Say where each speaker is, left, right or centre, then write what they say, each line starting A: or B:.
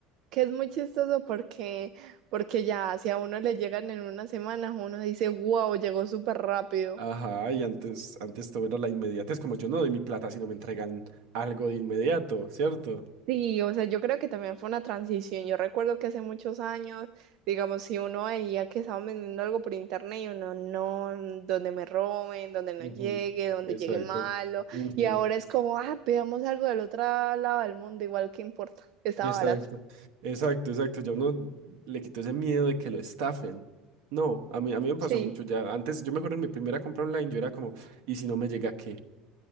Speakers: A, on the right; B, on the right.
A: que es muy chistoso porque, porque ya si a uno le llegan en una semana, uno dice, wow, llegó súper rápido.
B: ajá, y antes, antes todo era la inmediatez, como yo no doy mi plata si no me entregan algo de inmediato, ¿cierto?
A: Sí, o sea, yo creo que también fue una transición. Yo recuerdo que hace muchos años, digamos, si uno veía que estaban vendiendo algo por internet y uno, no, donde me roben, donde no
B: Ujú,
A: llegue, donde
B: Exacto.
A: llegue malo.
B: Ujú.
A: Y ahora es como, ah, veamos algo del otro lado del mundo, igual que importa, está
B: Exacto,
A: barato.
B: exacto, exacto. Ya uno le quitó ese miedo de que lo estafen. No, a mí, a mí me pasó
A: Sí,
B: mucho ya. Antes, yo me acuerdo en mi primera compra online, yo era como, ¿y si no me llega qué?